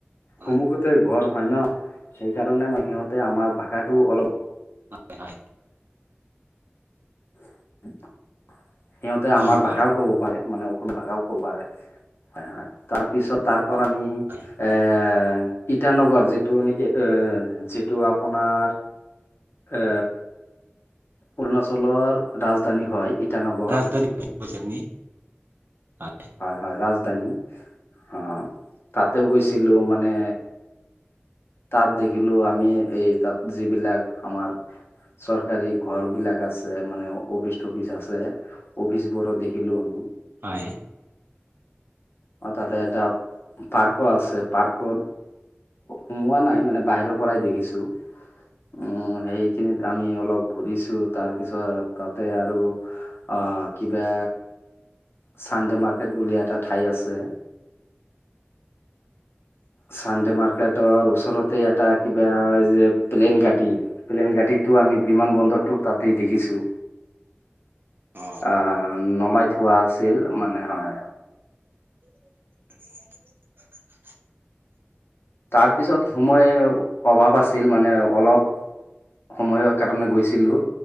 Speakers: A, on the right; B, on the left.
A: হয়
B: সম্মুখতে ঘৰ হয় ন সেইকাৰণে মানে সিহঁতে আমাৰ ভাষাটো অলপ
A: হয়, হয়।
B: <inaudible> সিহঁতে
A: বুজি
B: আমাৰ ভাষাও
A: পায়।
B: ক'ব পাৰে মানে অসমীয়া ভাষাও ক'ব পাৰে হয় হয়। তাৰপিছত তাৰ পৰা আমি
A: হয়
B: এ ইটানগৰ যিটো নেকি এ যিটো আপোনাৰ এ অৰুণাচলৰ ৰাজধানী হয়। ইটানগৰ
A: ৰাজধানী <unintelligible>
B: হয়, হয়, ৰাজধানী অ'। তাতেও গৈছিলো মানে তাত দেখিলো আমি এই তাত যিবিলাক আমাৰ চৰকাৰী ঘৰবিলাক আছে মানে অফিচ চফিচ আছে। অফিচবোৰো দেখিলো আমি।
A: হয়।
B: অ', তাতে এটা পাৰ্কো আছে পাৰ্কত সোমোৱা নাই মানে বাহিৰৰ পৰাই দেখিছো। উম, সেইখিনিত আমি অলপ ঘূৰিছো তাৰপিছত তাতে আৰু অ', কিবা চানডে মাৰ্কেট বুলি এটা ঠাই আছে। চানডে মাৰ্কেট তৰ ওচৰতে এটা কিবা যে প্লেন কাটি। প্লেইন গাড়ীতো আমি বিমান বন্দৰটো তাতেই দেখিছো।
A: অ
B: আহ নমাই থোৱা আছিল মানে হয়।
A: <inaudible>
B: তাৰপিছত সময় অভাৱ আছিল মানে অলপ সময়ৰ কাৰণে গৈছিলো।